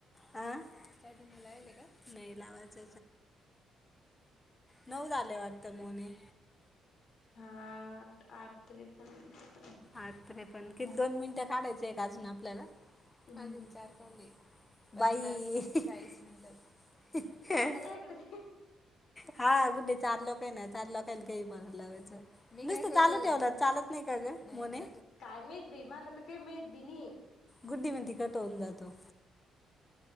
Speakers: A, on the left; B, on the left.
A: चार्जिंग लाविले का? नाही लावायच. नऊ झालं वाटतं मोने!
B: हां आठ आठ त्रेपन चोपन
A: आठ त्रेपन्न किती दोन मिनिटं काढायचं आहे का अजून आपल्याला?
B: हम्म
A: अजून चार पाऊले पन्नास ते चाळीस मिनिट, बाई
B: इकडे दे.
A: हां गुड्डी चार लोके ना चार लोकेल के फोन लावायचं. मी काय करू? नुसतं चालू ठेवला चालत नाही का गं मोने?
B: काय माहित बाई, मला तर काय माहित बी नाहीये.
A: गुड्डी म्हणती कट होऊन जातो.